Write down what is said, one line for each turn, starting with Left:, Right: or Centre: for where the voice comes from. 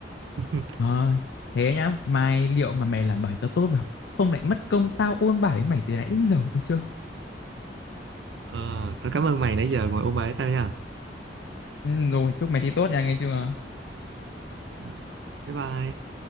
Right: <laughs>
Left: Ờ, thế nhá, mai liệu mà mày làm bài cho tốt vào, không lại mất công tao ôn bài với mày từ nãy đến giờ được chưa?
Right: ờ, tao cảm ơn mày nãy giờ ngồi ôn bài với tao nha
Left: Ừ, rồi, chúc mày thi tốt nha, nghe chưa?
Right: Ừ, bye bye